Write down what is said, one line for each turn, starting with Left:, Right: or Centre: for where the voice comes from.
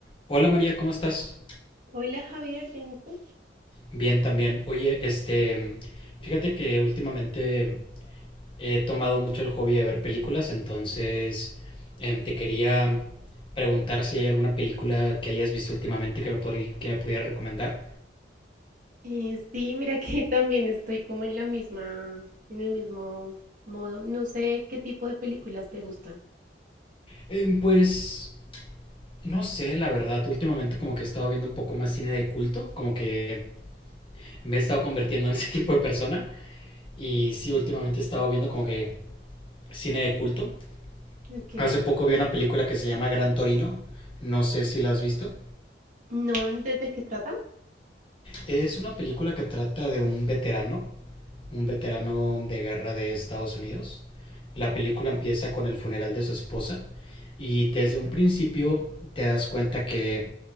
Left: Hola María, ¿cómo estás?
Right: Hola Javier, ¿bien y tú?
Left: Bien también. Oye, este, fíjate que últimamente he tomado mucho el hobby de ver películas, entonces em, te quería preguntar si hay alguna película que hayas visto últimamente que me, podrí- que me pudiera recomendar.
Right: Eh, sí, mira que <laughs> también estoy como en la misma, en el mismo modo. No sé qué tipo de películas te gustan.
Left: Em, pues, no sé, la verdad, últimamente como que he estado viendo un poco más cine de culto, como que me he estado convirtiendo en ese <laughs> tipo de persona y sí, últimamente he estado viendo como que cine de culto.
Right: Ok,
Left: Hace poco vi una película que se llama Gran Torino. No sé si la has visto.
Right: no, ¿desde qué trata?
Left: Es una película que trata de un veterano, un veterano de guerra de Estados Unidos. La película empieza con el funeral de su esposa y desde un principio te das cuenta que